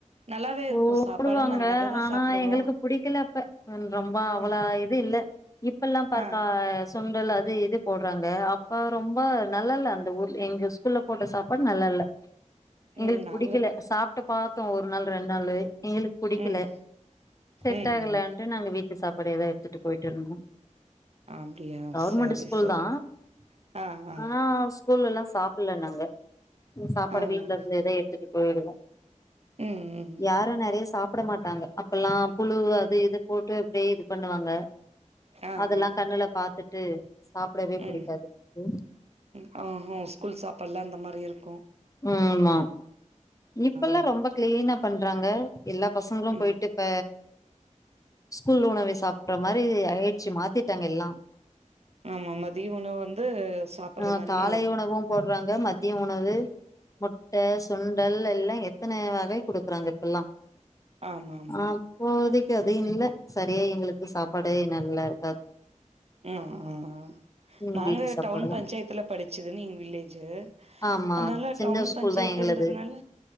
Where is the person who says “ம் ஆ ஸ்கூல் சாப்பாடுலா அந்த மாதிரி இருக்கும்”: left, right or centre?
Right